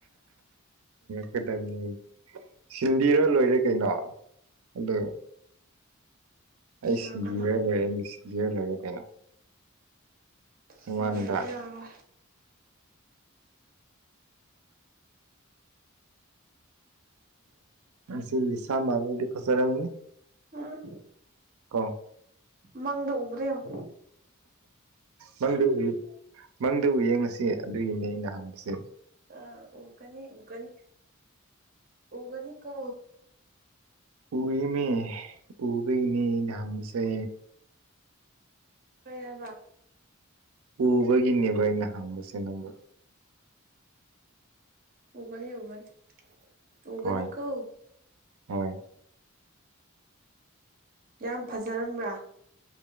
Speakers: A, on the right; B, on the right.
A: ꯀꯗ <unintelligible> ꯁꯤꯟꯕꯤꯔ ꯂꯣꯏꯔꯦ ꯀꯩꯅꯣ ꯑꯗꯨ ꯑꯩ
B: ꯁꯤꯡꯉꯛꯀꯗꯕꯅꯤ
A: ꯁꯤꯟꯔ ꯂꯩꯔꯦ ꯁꯤꯟꯕꯤꯔ ꯂꯩꯔꯦ ꯀꯩꯅꯣ
B: ꯁꯤꯗ
A: ꯃꯥꯅꯤꯗ
B: ꯌꯥꯕ
A: ꯁꯤ ꯂꯤꯁꯥ ꯃꯥꯗꯤ ꯐꯖꯔꯪꯅꯤ
B: ꯑꯥ
A: ꯀꯣ
B: ꯃꯪꯗ ꯎꯕꯔ <unintelligible>
A: ꯃꯪꯗꯨ ꯎ ꯃꯪꯗꯨ ꯎ ꯌꯦꯡꯉꯁꯤ ꯑꯗꯨꯒꯤꯅꯦ ꯑꯩꯅ ꯍꯪꯕꯁꯦ
B: ꯑ ꯎꯒꯅꯤ ꯎꯒꯅꯤ ꯎꯒꯅꯤ ꯀꯣ
A: ꯄꯨꯔꯤ ꯃ ꯎꯕꯤ ꯏꯅꯤ ꯙꯁꯦ
B: ꯀꯩ ꯍꯥꯏꯕ
A: ꯎꯕꯒꯤꯅꯦꯕ ꯑꯩꯅ ꯍꯪꯕꯁꯦ ꯅꯪꯕꯨ
B: ꯎꯒꯅꯤ ꯎꯒꯅꯤ ꯎꯒꯅꯤꯀꯣ
A: ꯍꯣꯏ ꯍꯣꯏ
B: ꯌꯥꯝ ꯐꯖꯔꯝꯕ꯭ꯔꯥ